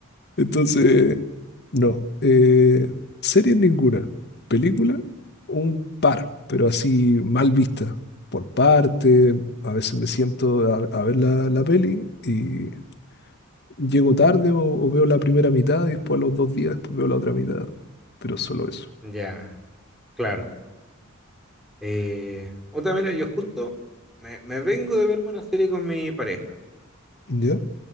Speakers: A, on the left (about 50°); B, in the centre.
A: Entonces, no. Eh, series ninguna. Película, un par, pero así mal vista. Por parte, a veces me siento a, a ver la, la peli y llego tarde o, o veo la primera mitad y después a los dos días después veo la otra mitad. Pero solo eso.
B: Ya, claro. Eh, otra, mira, yo justo me, me vengo de verme una serie con mi pareja.
A: ¿Ya?